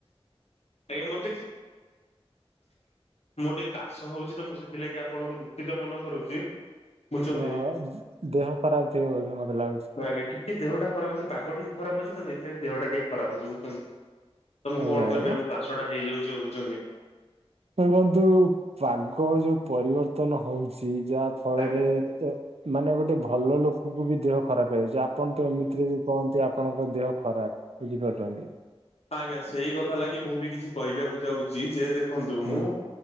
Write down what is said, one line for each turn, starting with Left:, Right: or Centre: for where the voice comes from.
Left: ଟାଇ ମୋଟେ <inaudible> ମୋର ଟିକେ କାଶ ହଉଛି ତ ମୁଁ ସେଥିଲାଗି ଆପଣଙ୍କୁ ଦୁଃଖିତ ମନ କରୁଛି। ବୁଝଛନ୍ତି।
Right: ଓହୋ ଦେହ ଖରାପ ଥିବ ବୋଧେ ମତେ ଲାଗୁଛି।
Left: ହଁ ଆଜ୍ଞା ଟିକେ ଦେହଟା ଖରାପ ଅଛି ପାଗ ଟିକେ ଖରାପ ଅଛି ତ ସେଇଥିଲାଗି ଦେହଟା ଟିକେ ଖରାପ ଅଛି ବୁଝୁଛନ୍ତି? ତ ମୁଁ
Right: ଆଜ୍ଞା
Left: କଣ କରିିପାରିବି
Right: ଆଜ୍ଞା।
Left: ମୁଁ କାଶଟା ହେଇଯାଉଛି ଆଉ ବୁଝୁଛନ୍ତି?
Right: ଦେଖନ୍ତୁ ପାଗ ଯୋଉ ପରିବର୍ତ୍ତନ ହଉଛି ଯାହା ଫଳରେ
Left: ଆଜ୍ଞା।
Right: ତେ ମାନେ ଗୋଟେ ଭଲ ଲୋକକୁ ବି ଦେହ ଖରାପ ହେଇଯାଇଛି ଆପଣ ତ ଏମିତିରେ ବି କହନ୍ତି ଆପଣଙ୍କ ଦେହ ଖରାପ ବୁଝିପାରୁଛନ୍ତି?
Left: ହଁ ଆଜ୍ଞା ସେଇ କଥା ଲାଗି ମୁଁ ବି କିଛି କହିବାକୁ ଯାଉଛି ଯେ ଦେଖନ୍ତୁ
Right: ହୁଁ
Left: ମୁଁ